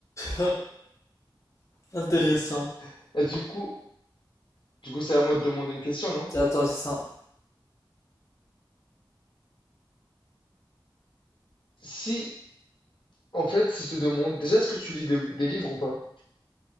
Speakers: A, on the left; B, on the left.
A: <laughs> Intéressant.
B: Tu comprends Et du coup, du coup, c'est à moi de demander une question, non?
A: Attends, c'est ça.
B: Si, en fait, si je te demande, déjà, est-ce que tu lis des, des livres ou pas?